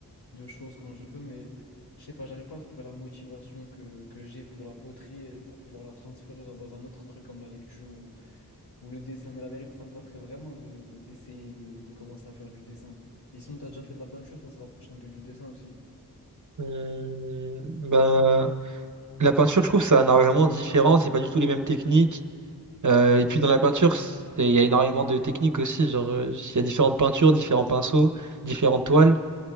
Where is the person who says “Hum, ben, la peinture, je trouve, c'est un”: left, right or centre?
Right